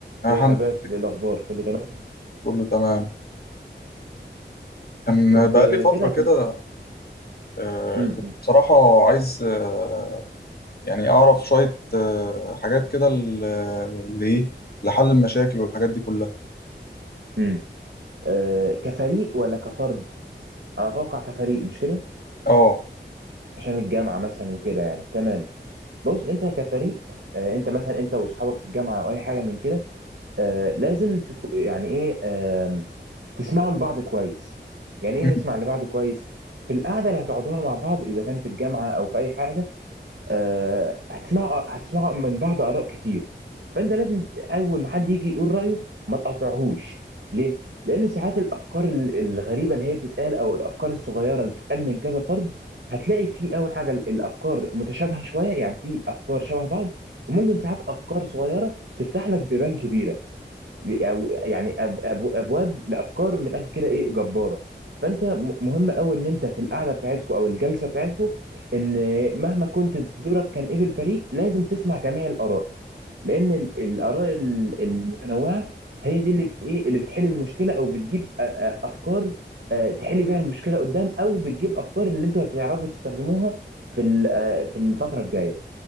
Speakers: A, on the left; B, on the right.
A: الحمد
B: ازيك يا باسل
A: لله
B: ايه الاخبار كله تمام
A: كله تمام كان
B: كنت
A: بقالي فترة
B: كده
A: كده
B: كنت
A: آه،
B: امم
A: كنت بصراحة عايز آه، يعني أعرف شوية آه، حاجات كده ل- اللي إيه لحل المشاكل والحاجات دي كلها
B: امم آه كفريق ولا كفرد انا اتوقع كفريق مش كده
A: آه
B: عشان الجامعه مثلا وكده يعني تمام بص انت كفريق آه انت مثلا انت واصحابك في الجامعه او اي حاجه من كده آه لازم تكو يعني ايه آم، تسمعوا لبعض كويس يعني ايه
A: مم،
B: نسمع لبعض كويس في القعده اللي هتقعدوها مع بعض اذا كان في الجامعه او في اي حاجه آه، هتسمعوا هتسمعوا من بعض اراء كتير فانت لازم اول ما حد يجي يقول رايه ما تقاطعهوش ليه لان ساعات الافكار ال- الغريبه اللي هي بتتقال او الافكار الصغيره اللي بتتقال من كذا فرد هتلاقي في اول حاجه ال- الافكار متشابهه شويه يعني في افكار شبه بعض وممكن ساعات افكار صغيره تفتح لك بيبان كبيره أو- يعني أب أب ابواب لافكار من الاخر كده ايه جباره فانت م- مهم قوي ان انت في القعده بتاعتكو او الجلسه بتاعتكو ان مهما كنت دورك كان ايه في الفريق لازم تسمع جميع الاراء لان ال- الاراء ال- المتنوعه هي دي اللي بت ايه اللي بتحل المشكله او بتجيب أ- أ- افكار أ، تحل بيها المشكله قدام او بتجيب افكار اللي انتوا هتعرفوا تستخدموها في ال- أ، في الفتره الجايه